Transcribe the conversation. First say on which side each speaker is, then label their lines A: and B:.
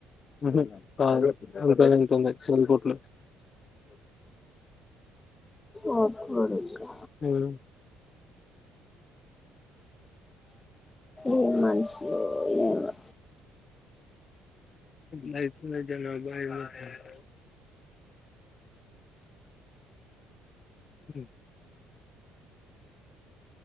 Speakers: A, on the left; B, on the left.
A: ఉహు కాదు వెళ్లిపోయినంక నిన్నచ్చింది కోట్లో. హు
B: ఒక్ కొడుకు
A: ఉమ్
B: ఏం మనుషులో ఏమో
A: నైట్ పూట డెలివరీ బాయ్ గా చేస్తవా హు